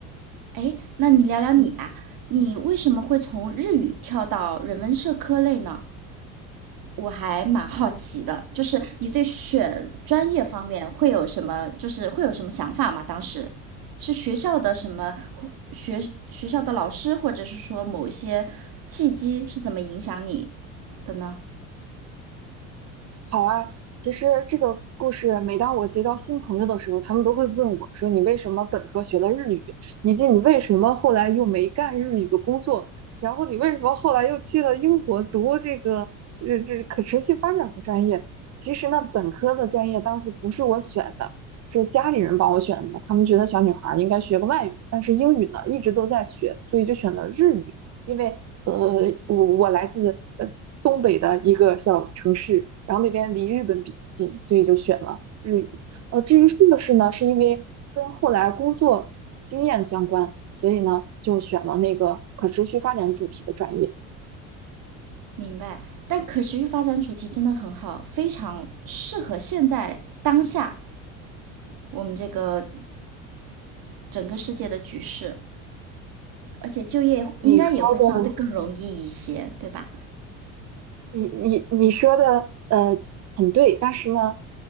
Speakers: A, on the right; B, on the right.
A: 哎，那你聊聊你吧，
B: 嗯，
A: 你为什么会从日语跳到人文社科类呢？我还蛮好奇的，就是你对选专业方面会有什么，就是会有什么想法吗？当时是学校的什么或学学校的老师，或者是说某一些契机是怎么影响你的呢？
B: 好啊，其实这个故事，每当我结交新朋友的时候，他们都会问我说：“你为什么本科学了日语，以及你为什么后来又没干日语的工作？然后你为什么后来又去了英国读这个呃这可持续发展的专业？”其实呢，本科的专业当时不是我选的，是家里人帮我选的。他们觉得小女孩儿应该学个外语，但是英语呢一直都在学，所以就选了日语。因为呃，我我来自呃东北的一个小城市，然后那边离日本比较近，所以就选了日语。呃，至于硕士呢，是因为跟后来工作经验相关，所以呢就选了那个可持续发展主题的专业。
A: 明白。但可持续发展主题真的很好，非常适合现在当下我们这个整个世界的局势，而且就业应该也会相对更容易一些，
B: 你说的
A: 对吧？
B: 你你你说的呃很对，但是呢，